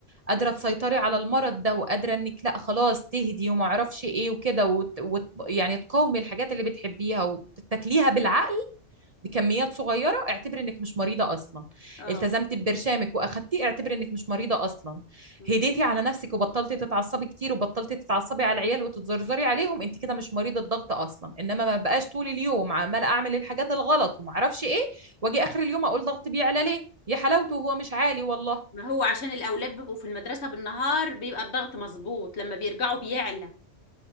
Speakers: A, on the right; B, on the left.
A: قادره
B: مم.
A: تسيطري على المرض ده وقادره انك لا خلاص تهدي وما اعرفش ايه وكده وت... وت... يعني تقاومي الحاجات اللي بتحبيها وتاكليها بالعقل بكميات صغيره اعتبري انك مش مريضه اصلا
B: اه
A: التزمتي ببرشامك واخدتيه اعتبري انك مش مريضه اصلا
B: مم.
A: هديتي على نفسك وبطلتي تتعصبي كتير وبطلتي تتعصبي على العيال وتتزرزري عليهم انت كده مش مريضه ضغط اصلا انما ما بقاش طول اليوم عماله اعمل الحاجات الغلط وما اعرفش ايه واجي اخر اليوم اقول ضغط بيعلى ليه يا حلاوته هو مش عالي والله
B: ما هو عشان الاولاد بيبقوا في المدرسة بالنهار بيبقى الضغط مظبوط لما بيرجعوا بيعلى